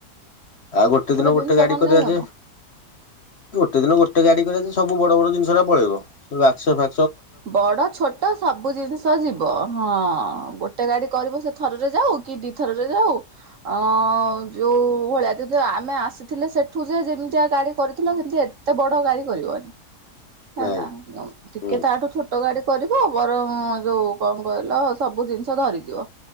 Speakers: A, on the left (about 45°); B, on the right (about 60°).
A: ଆଉ ଗୋଟେ ଦିନ ଗୋଟେ
B: ଜିନିଷ
A: ଗାଡ଼ି
B: କଣ
A: କରିବା
B: ନେଇ ହବ?
A: ଯେ ଗୋଟେ ଦିନ ଗୋଟେ ଗାଡ଼ି କରିବା ଯେ ସବୁ ବଡ଼ବଡ଼ ଜିନିଷରା ପଳେଇବ ବାକ୍ସ ଫା
B: ବଡ଼ ଛୋଟ ସବୁ ଜିନିଷ ଯିବ ହଁ ଗୋଟେ ଗାଡ଼ି କରିବ ସେ ଥରରେ ଯାଉ କି ଦିଥରରେ ଯାଉ ଅ ଯୋଉ ଭଳିଆ ଯ ଜ ଆମେ ଆସିଥିଲେ ସେଠୁ ଯେ ଯେମିତିଆ ଗାଡ଼ି କରିଥିଲ ସେମିତି ଏତେ ବଡ଼ ଗାଡ଼ି କରିବନି। ହେଲା
A: ନାହିଁ
B: ଉଁ ଟିକେ
A: ହୁଁ
B: ତାଠୁ ଟ ଗାଡ଼ି କରିବ ବରଂ ଯୋଉ କଁ କହିଲ ସବୁ ଜିନିଷ ଧରିଯିବ।